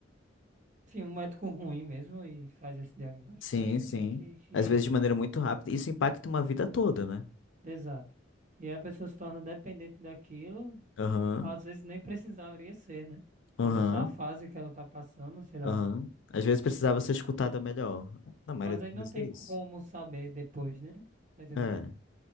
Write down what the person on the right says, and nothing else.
enfim, um médico ruim mesmo e faz esse diagnóstico.
Eu acho
até que, que
Exato. E aí a pessoa se torna dependente daquilo,
às vezes nem precisaria ser, né?
Às vezes é só a fase que ela tá passando, sei lá.
Mas
aí não tem
como saber depois, né? Tá entendendo?